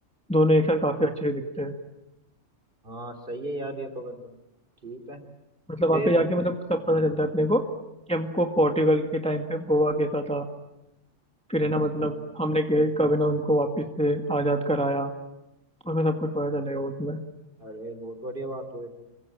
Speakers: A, in the centre; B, on the right (about 45°).
A: दोनों एक साथ काफी अच्छे दिखते हैं
B: हाँ सही है यार ये तो करना है। ठीक है
A: मतलब वहाँ
B: फिर
A: पे जाके मतलब सब पता चलता है अपने को कि हमको पोर्टुगल के टाइम पे गोवा कैसा था फिर
B: अच्छा
A: है ना मतलब हमने के- कब है ना उनको वापस से आज़ाद कराया उसमें सब कुछ पता चलेगा उसमें
B: अरे बहुत बढ़िया बात है